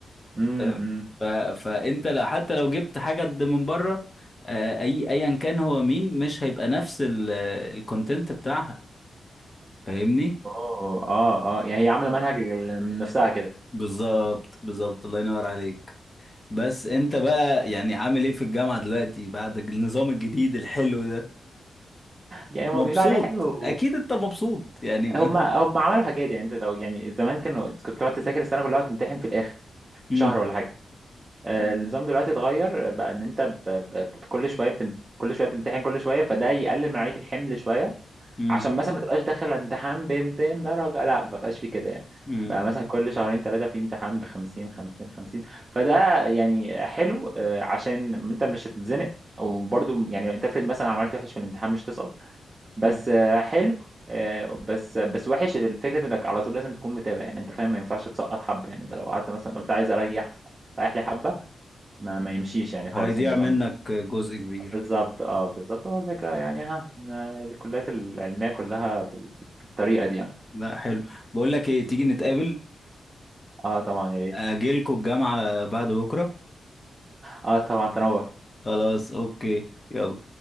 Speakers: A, on the right (about 30°); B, on the left (about 25°).
A: امم
B: فاهم ف... فأنت لا حتى لو جبت حاجة قد من بره آه، أي أيا كان هو مين مش هيبقى نفس ال... الكونتنت بتاعها فاهمني
A: اوه اه اه يعني هي عامله منهج من نفسها كده
B: بالظبط بالظبط الله ينور عليك بس أنت بقى يعني عامل إيه في الجامعة دلوقتي بعد النظام الجديد الحلو ده
A: يعني هما
B: مبسوط
A: بيقولوا عليه حلو
B: أكيد أنت مبسوط يعني <laughs>
A: هم هم عملوا حاجات يعني انت لو يعني زمان كانوا كنت بتقعد تذاكر السنه كلها وتمتحن في الاخر في
B: امم
A: شهر ولا حاجه آه، النظام دلوقتي اتغير بقى ان انت ب... ب... ب- كل شويه بتم... كل شويه بتمتحن كل شويه فده يقلل من عليك الحمل شويه
B: امم
A: عشان مثلا ما تبقاش داخل امتحان ب 200 درجه لا ما بقاش في كده يعني
B: مم.
A: بقى مثلا كل شهرين ثلاثه في امتحان ب 50 50 50 فده يعني حلو آه، عشان انت مش هتتزنق وبرضه يعني انت افرض مثلا عملت وحش في الامتحان مش تسقط بس
B: مم.
A: آه، حلو آه، بس بس وحش الفكره انك على طول لازم تكون متابع يعني انت فاهم ما ينفعش تسقط حبه يعني انت لو قعدت مثلا قلت عايز اريح رايح لي حبه ما ما يمشيش يعني خالص
B: هيضيع
A: النظام
B: منك جزء كبير
A: بالظبط اه بالظبط هو الفكرة يعني ها ما الكليات العلمية كلها بال- بالطريقة دي يعني
B: لا حلو بقول لك ايه تيجي نتقابل
A: اه طبعا يا ريت
B: آه، اجيلكوا الجامعة بعد بكرة
A: اه طبعا تنور
B: خلاص اوكي يلا